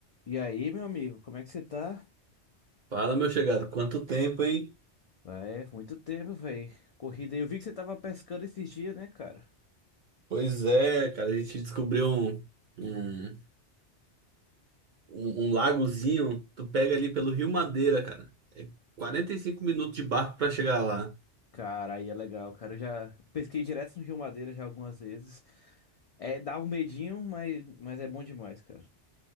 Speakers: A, on the left; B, on the right.
A: E aí, meu amigo, como é que você tá?
B: Fala, meu chegado, quanto tempo, hein?
A: Ah, É, muito tempo, velho. Corrida. Eu vi que você tava pescando esses dias, né, cara?
B: Pois é, cara, a gente descobriu um, um, um- um lagozinho. Tu pega ali pelo Rio Madeira, cara. É 45 minutos de barco pra chegar lá.
A: Cara, aí é legal, cara. Eu já pesquei direto no Rio Madeira já algumas vezes. É, dá um medinho, mas, mas é bom demais, cara.